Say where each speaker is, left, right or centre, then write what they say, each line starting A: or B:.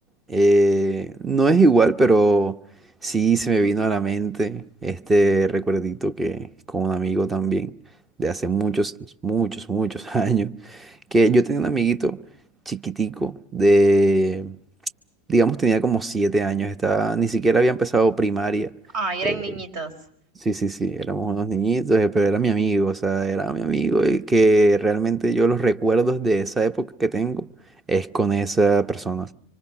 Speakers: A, on the right (about 15°); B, on the right (about 50°).
A: eh, no es igual, pero sí se me vino a la mente este recuerdito que con un amigo también de hace muchos, muchos, muchos <laughs> años, que yo tenía un amiguito chiquitico de, digamos, tenía como siete años, estaba, ni siquiera había empezado primaria,
B: Ay, eran
A: eh,
B: niñitos,
A: Sí, sí, sí, éramos unos niñitos, eh, pero era mi amigo, o sea, era mi amigo y que realmente yo los recuerdos de esa época que tengo es con esa persona.